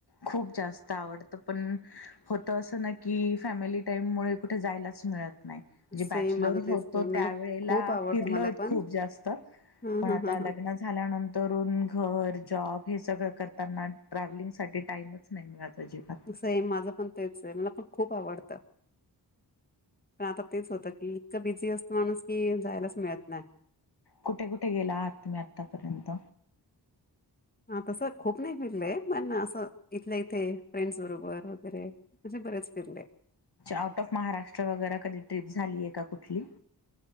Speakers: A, on the left (about 60°); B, on the left (about 20°).
A: खूप जास्त आवडत, पण होत असं ना की, फॅमिली टाईम मुळे कुठे जायलाच मिळत. नाही, जे
B: सेम
A: बॅचलर
B: माझं तेच
A: होतो
B: आहे मला
A: त्यावेळेला
B: खूप आवडतं
A: फिरलोय
B: मला पण
A: खूप जास्त
B: हा,
A: पण
B: हा,
A: आता
B: हा,
A: लग्न
B: हा.
A: झाल्यानंतरून घर, जॉब हे सगळं करताना ट्रॅव्हलिंगसाठी टाइमच नाही मिळत अजिबात.
B: सेम माझं पण तेच हाय, मला पण खूप आवडत. पण आता तेच होतं की, इतकं बिझी असतो माणूस की जायलाच मिळत नाय.
A: कुठे, कुठे गेला आहात? तुम्ही आत्तापर्यंत.
B: हा तसं, खूप नाही फिरले, पण असं इथल्या- इथे फ्रेंड्स बरोबर वगैरे. असे बरेच फिरले.
A: आउट ऑफ महाराष्ट्र वगैरे कधी ट्रिप झाली आहे का कुठली?